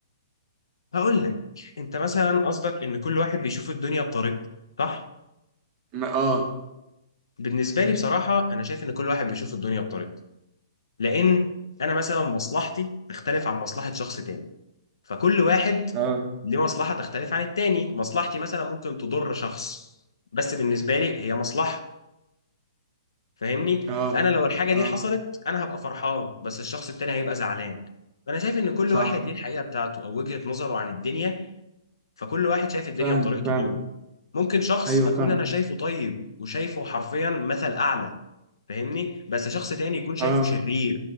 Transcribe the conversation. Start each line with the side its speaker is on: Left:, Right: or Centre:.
Left: هقول لك انت مثلا قصدك ان كل واحد بيشوف الدنيا بطريقته صح
Right: ما- اه
Left: بالنسبه لي بصراحه انا شايف ان كل واحد بيشوف الدنيا بطريقته لان انا مثلا مصلحتي تختلف عن مصلحه شخص تاني فكل واحد
Right: اه
Left: ليه مصلحه تختلف عن التاني مصلحتي مثلا ممكن تضر شخص بس بالنسبه لي هي مصلحه فاهمني
Right: اه
Left: فانا لو الحاجه
Right: اه
Left: دي حصلت انا هبقى فرحان بس الشخص التاني هيبقى زعلان فانا شايف ان كل
Right: صح
Left: واحد ليه الحقيقه بتاعته او وجهه نظره عن الدنيا فكل واحد شايف الدنيا
Right: فاهم
Left: بطريقته
Right: فاهم
Left: هو ممكن شخص
Right: ايوه
Left: اكون
Right: فاهم
Left: انا شايفه طيب وشايفه حرفيا مثل اعلى فاهمني بس شخص تاني يكون شايفه
Right: اه
Left: شرير